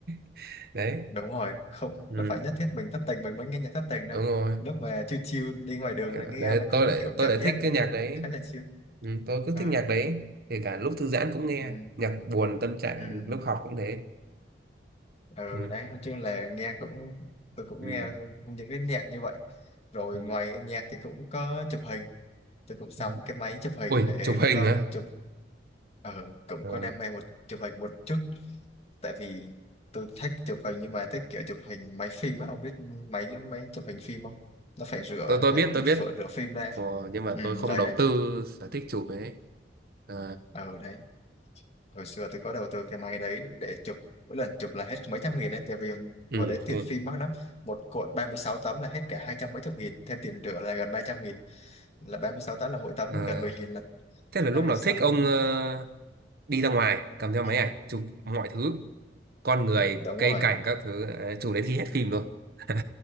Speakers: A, on the right (about 60°); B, on the left (about 35°).
A: <laughs> đấy,
B: đúng rồi không
A: ừ,
B: nó phải nhất thiết mình thất tình mình mới nghe nhạc thất tình đâu
A: đúng rồi.
B: lúc mà chill chill đi ngoài đường
A: Kiểu,
B: là nghe
A: đấy
B: nó cũng
A: tôi lại
B: kiểu
A: tôi
B: cảm
A: lại
B: giác
A: thích cái nhạc đấy.
B: khá là chill
A: Ừ, tôi cứ
B: Ờ,
A: thích nhạc đấy kể cả lúc thư giãn cũng nghe
B: ừ,
A: nhạc buồn tâm trạng
B: ừ.
A: lúc học cũng thế
B: ừ
A: ừ.
B: đấy nói chung là nghe cũng tôi cũng
A: Ừ.
B: nghe những cái nhạc như vậy rồi
A: Ừ.
B: ngoài nhạc thì cũng có chụp hình tôi cũng sắm
A: ừ.
B: cái máy chụp hình
A: Ui
B: để
A: chụp
B: lâu
A: hình
B: lâu
A: á
B: chụp ờ cũng
A: Ờ,
B: có đam mê một chụp hình một chút tại vì tôi thích chụp hình nhưng mà thích kiểu chụp hình máy phim á ông biết máy máy chụp hình phim không nó phải rửa
A: tôi tôi
B: phải
A: biết tôi biết
B: rửa rửa phim ra
A: ờ, nhưng mà
B: ừ
A: tôi không
B: đấy
A: đầu
B: đấy
A: tư sở thích chụp ấy à,
B: ờ đấy hồi xưa tôi có đầu tư cái máy đấy để chụp mỗi lần chụp là hết mấy trăm nghìn ấy tại vì
A: ừ,
B: hồi đấy tiền
A: ok.
B: phim mắc lắm một cuộn 36 tấm là hết cả hai trăm mấy chục nghìn thêm tiền rửa là gần ba trăm nghìn là 36 tấm là mỗi tấm
A: Ờ,
B: gần mười nghìn là
A: thế là lúc
B: đấy
A: nào
B: xong
A: thích ông ờ, đi ra ngoài cầm theo
B: ừ.
A: máy ảnh chụp mọi thứ con người
B: đúng
A: cây
B: rồi
A: cảnh các thứ ờ, chụp đến khi hết phim rồi <laughs>